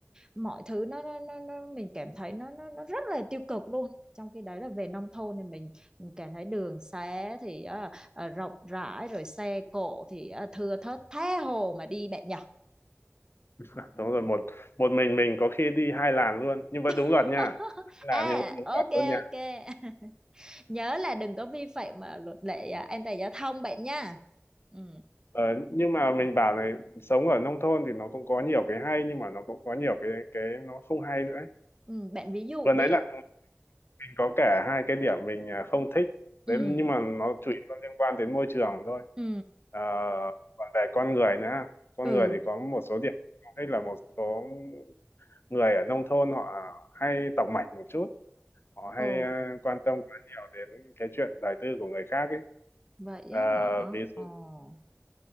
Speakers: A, on the right (about 15°); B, on the left (about 60°).
A: mọi thứ nó, nó nó nó mình cảm thấy nó nó nó rất là tiêu cực luôn trong khi đấy là về nông thôn thì mình, mình cảm thấy đường xá thì ờ, ờ, rộng rãi rồi xe cộ thì ờ, thưa thớt tha hồ mà đi bạn nhỏ
B: đúng rồi một một mình mình có khi đi hai làn luôn nhưng vẫn đúng
A: <laughs>
B: luật nha Hai làn
A: à
B: nhưng vẫn đúng
A: ok
B: luật luôn nha
A: ok <laughs> nhớ là đừng có vi phạm mà luật lệ à, an toàn giao thông bạn nha ừ.
B: Ờ, nhưng mà mình bảo này sống ở nông thôn thì nó cũng có nhiều cái hay nhưng mà nó cũng có nhiều cái cái nó không hay nữa ấy.
A: ừ bạn ví dụ
B: Vừa
A: đi
B: nãy là có cả hai cái điểm mình à, không thích
A: ừ
B: đấy nhưng mà nó chủ yếu là liên quan đến môi trường thôi
A: ừ
B: Ờ, còn về con người nữa con
A: ừ
B: người thì có một số điểm không thích là một số người ở nông thôn họ hay tòng mạch một chút họ
A: Ồ,
B: hay à, quan tâm quá nhiều đến cái chuyện đời tư của người khác ấy
A: vậy
B: Ờ,
A: á hả?
B: ví
A: Ồ,
B: dụ